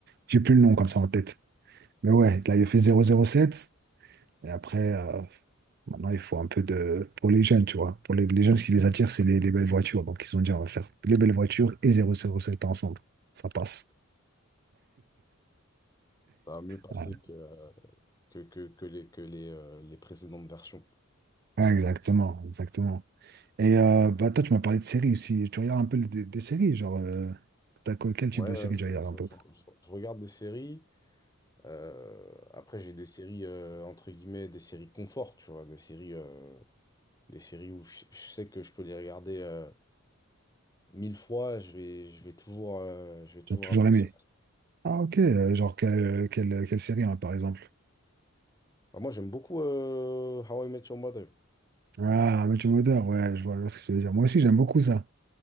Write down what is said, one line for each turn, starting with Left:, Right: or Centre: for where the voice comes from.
Right: J'ai plus le nom comme ça en tête. Mais ouais, là, il a fait zéro zéro sept Et après, euh, maintenant, il faut un peu de... Pour les jeunes, tu vois. Pour les, les jeunes, ce qui les attire, c'est les, les belles voitures. Donc, ils ont dit, on va faire les belles voitures et zéro zéro sept ensemble. Ça passe.
Left: Ça a mieux passé
Right: Ouais,
Left: que, euh, que, que, que les, que les, euh, les précédentes versions.
Right: Ouais, exactement, exactement. Et euh, bah toi, tu m'as parlé de séries aussi. Tu regardes un peu des, des séries, genre, euh, t'as quoi- quel type
Left: Ouais,
Right: de
Left: ouais,
Right: série
Left: je,
Right: tu regardes
Left: je-
Right: un
Left: je-
Right: peu?
Left: je regarde des séries. euh, après, j'ai des séries, euh, entre guillemets, des séries confort, tu vois, des séries, euh, des séries où je, je sais que je peux les regarder euh, mille fois, je vais, je vais toujours, euh, je vais toujours
Right: Tu as toujours
Left: apprécier.
Right: aimé. Ah ok, euh, genre quelle, quelle, quelle série hein, par exemple?
Left: Enfin, moi, j'aime beaucoup euh, How I Met Your Mother.
Right: Ah, Matthew Modeur, ouais, je vois, je vois ce que tu veux dire. Moi aussi, j'aime beaucoup ça.